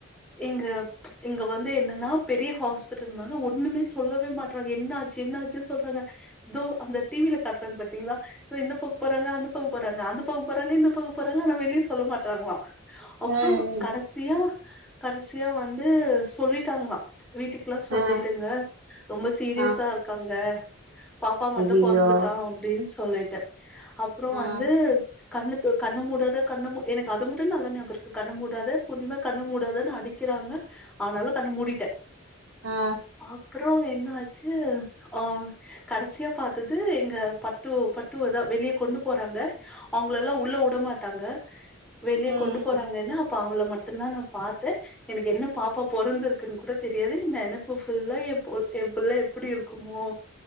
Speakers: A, in the centre; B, on the right (about 70°).
A: இங்க இங்க வந்து என்னன்னா பெரிய ஹாஸ்பிட்டல்னால ஒண்ணுமே சொல்லவே மாட்றாங்க என்ன ஆச்சு என்ன ஆச்சுன் சொல்றாங்க இதோ அந்த டி வி ல காட்றாங்க பாத்தீங்ளா இப்ப இந்த பக் போறாங்க அந்த பக்கோ போறாங்க அந்த பக்கோ போறாங்க இந்த பக்கோ போறாங்க ஆனா வெளிய சொல்ல மாட்றாங்ளா அப்றோ
B: ம்
A: கடசியா கடசியா வந்து சொல்லிட்டாங்ளா வீட்டு க்ளா சொல்லிடுங்க
B: ஆ
A: ரொம்ப சீரியஸா
B: ஆ
A: இருக்காங்க பாப்பா மட்டு
B: ஐயையோ
A: பொறந்துட்டா அப்டின் சொல்லீட்டு அப்றோ
B: ஆ
A: வந்து கண்ணு தொ கண்ண மூடாத கண்ண மூ எனக்கு அது மட்டு நல்லா ஞாபருக்கு கண்ண மூடாத பூர்ணிமா கண்ண மூடாதன்னு அடி அடிக்கிறாங்க ஆனாலு கண்ண மூடிட்டே
B: ஆ
A: அப்றோ என்னாச்சு ஆ கடசியா பாத்தது எங்க பட்டு பட்டுவதா வெளிய கொண்டு போறாங்க அவுங்கள எல்லா
B: ஆ
A: உள்ள உடமாட்டாங்க வெளிய
B: ம்
A: கொண்டு போறாங்கன்னா அப்ப அவள மட்டுந்தா நா பாத்தே எனக்கு என்ன பாப்பா பொறந்திருக்குன் கூட தெரியாது எ நெனப்பு ஃபுல்லா எ பு எ புள்ளை எப்டி இருக்குமோ